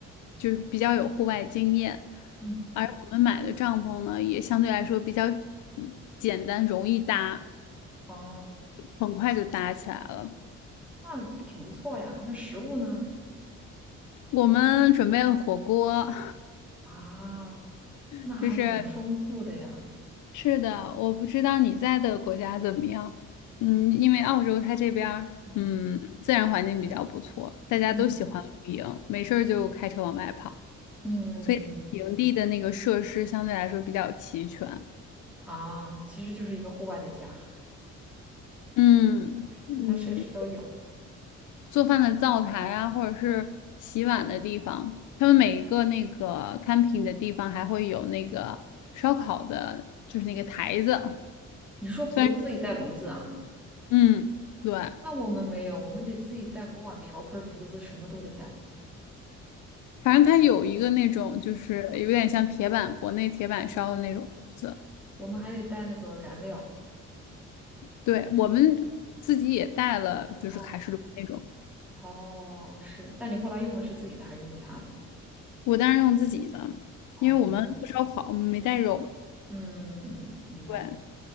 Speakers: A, on the left; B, in the centre.
A: 就是比较有户外经验，
B: 嗯，
A: 而我们买的帐篷呢也相对来说比较简单，容易搭，
B: 哦，
A: 很快就搭起来了。
B: 那挺不错呀。那食物呢？
A: 我们准备了火锅，
B: 啊，
A: <laughs>
B: 那还挺丰富的呀。
A: 就是是的，我不知道你在的国家怎么样。嗯，因为澳洲它这边儿嗯自然环境比较不错，
B: 嗯
A: 大家都喜欢露营，
B: 嗯
A: 没事儿就开车往外跑。
B: 嗯，
A: 所以营地的那个设施相对来说比较齐全。
B: 啊，其实就是一个户外的家，
A: 嗯嗯，
B: 就它设施都有。
A: 做饭的灶台啊，或者是洗碗的地方，他们每一个那个 camping 的地方还会有那个烧烤的，就是那个台子。
B: 你是说不用自己带炉子啊？
A: 虽然嗯，对，
B: 那我们没有，我们得自己带锅碗瓢盆、炉子，什么都得带。
A: 反正它有一个那种就是有点像铁板，国内铁板烧的那种炉子。
B: 我们还得带那个燃料。
A: 对，我们自己也带了，就是卡式炉那种。
B: 哦哦，是，但你后来用的是自己的还是用的他的？
A: 我当然用自己的，
B: 哦，
A: 因为我们不烧烤，我们没带肉。
B: 嗯，明白。
A: 对。